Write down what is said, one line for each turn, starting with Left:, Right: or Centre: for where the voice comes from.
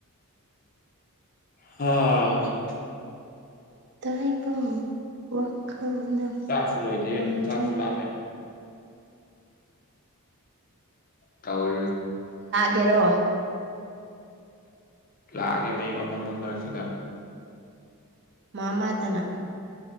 Left: ꯍꯥ ꯍꯥ
Right: ꯇꯥꯏꯕꯪ ꯋꯥꯈꯜꯅ
Left: ꯆꯥꯛꯁꯨ ꯂꯣꯏꯗꯦ
Right: ꯃꯥꯡꯗ꯭ꯔꯤꯉꯩ
Left: ꯆꯥꯛꯁꯨ ꯂꯥꯝꯃꯦ ꯇꯧꯔꯤꯔ
Right: ꯍꯦꯔꯣ
Left: ꯂꯥꯛꯑꯒꯦ ꯃꯩ ꯑꯃꯝꯕ ꯃꯔꯛꯁꯤꯗ
Right: ꯃꯥ ꯃꯥꯗꯅ